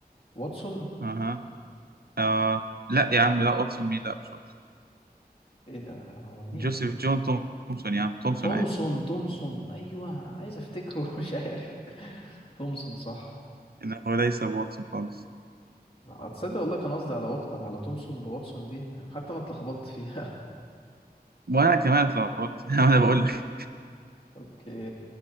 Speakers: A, on the left; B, on the right.
A: واتسون
B: اها آه. لا يا عم لا واتسون مين لا مش واتسون
A: ايه ده هو مين
B: جوزيف جون تومسون يا عم تومسون
A: تومسون
B: عادي
A: تومسون ايوه عايز افتكره <laughs> مش عارف تومسون صح
B: انه ليس واتسون خالص
A: لا، تصدق والله كان قصدي على وات... على تومسون بواتسون دي حتى انا اتلخبطت فيها
B: وانا كمان اتلخبطت <laughs> انا بقول لك
A: <laughs> اوكي